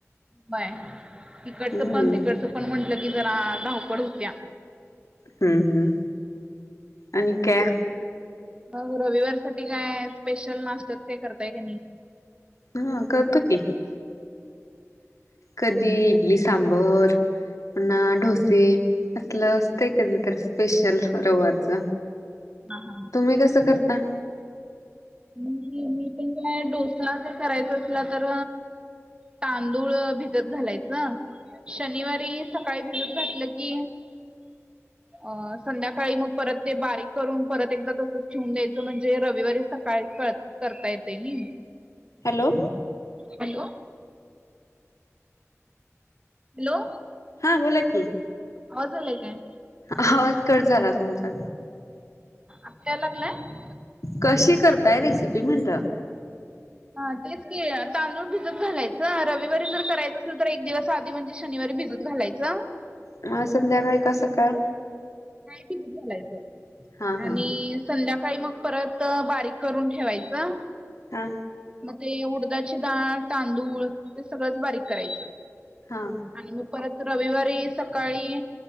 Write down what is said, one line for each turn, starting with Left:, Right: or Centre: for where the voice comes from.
Right: व्हय इकडचं
Left: हम्म
Right: पण तिकडचं पण म्हणलं की जरा धावपळ होत्या.
Left: हम्म हम्म.. आणि काय,
Right: मग रविवार साठी काय स्पेशल, नाश्त्यात काय करताय की नाही.
Left: हा करतो की, कधी इडली सांबर. पुन्हा डोसे असलं असतं, कधीतरी स्पेशल रविवारच.
Right: हा हा.
Left: तुम्ही कसं करता?
Right: मग मी पण काय डोसा जर करायचा असला तर तांदूळ भिजत घालायचं. शनिवारी सकाळी भिजत घातलं की, अ संध्याकाळी मग परत ते बारीक करून परत एकदा तसंच ठेवून द्यायचं म्हणजे रविवारी सकाळी क -करता येतंय नी.
Left: Hello,
Right: hello, hello.
Left: हां बोला की.
Right: आवाज आलाय काय.
Left: आवाज कट झाला तुमचा.
Right: आत्ता याय लागलाय?
Left: कशी करताय रेसिपी म्हणलं?
Right: हा तेच की तांदूळ भिजत घालायचं. रविवारी जर करायचं असलं तर एक दिवस आधी म्हणजे शनिवारी भिजत घालायचं.
Left: मग आज संध्याकाळी का सकाळ.
Right: <unintelligible> झालायचं
Left: हा
Right: आणि
Left: हा
Right: संध्याकाळी मग परत बारीक करून ठेवायचं.
Left: हा.
Right: मग ते उडदाची डाळ, तांदूळ सगळंच बारीक करायचं.
Left: हा.
Right: आणि मग परत रविवारी, सकाळी